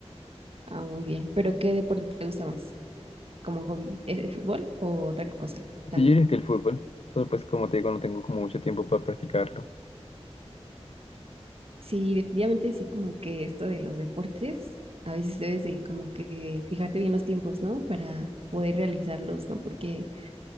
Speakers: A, on the right; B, on the left.
A: ah, muy bien. ¿Pero qué deporte te gusta más como hobby? ¿Es el fútbol o otra cosa también?
B: Sí, yo diría que el fútbol. Solo pues como te digo, no tengo como mucho tiempo para practicarlo.
A: Sí, definitivamente sí, como que esto de los deportes, a veces debes de como que fijarte bien los tiempos, ¿no? Para poder realizarlos, ¿no? Porque